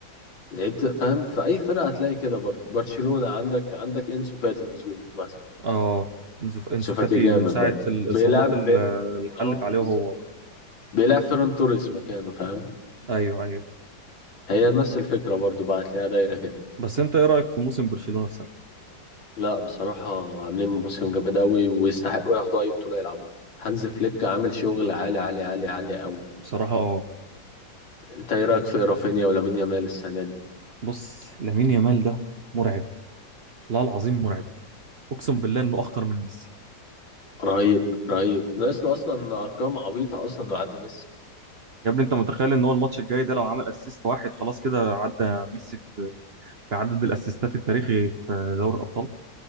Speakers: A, on the left; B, on the right.
A: لعيبت فاهم في اي فرقه هتلاقي كده برضه برشلونه عندك عندك انسو فاتي مظلوم مثلا
B: اه انسو إنسو
A: انسو فاتي
B: فاتي
A: جامد
B: من ساعه
A: برضه
B: الاصابات
A: بيلعب
B: ال-
A: بيل...
B: اللي
A: اه
B: حلت عليه هو
A: بالظبط بيلعب فيران توريس مكانه فاهم
B: ايوه ايوه
A: هي نفس الفكرة برضو بقى هتلاقيها دايرة كده
B: بس انت ايه رايك في موسم برشلونه السنه
A: لا بصراحة عاملين موسم جامد أوي ويستحقوا ياخدوا أي بطولة يلعبوها هانز فليك عامل شغل عالي عالي عالي عالي أوي
B: بصراحه اه
A: أنت إيه رأيك في رافينيا ولامين يامال السنة دي؟
B: بص لامين يامال ده مرعب والله العظيم مرعب اقسم بالله انه اخطر من ميسي
A: رهيب رهيب ناقص له أصلا أرقام عبيطة أصلا إنه يعدي ميسي
B: يا ابني انت متخيل ان هو الماتش الجاي ده لو عمل اسيست واحد خلاص كده عدى ميسي في في عدد الاسيستات التاريخي في دوري الابطال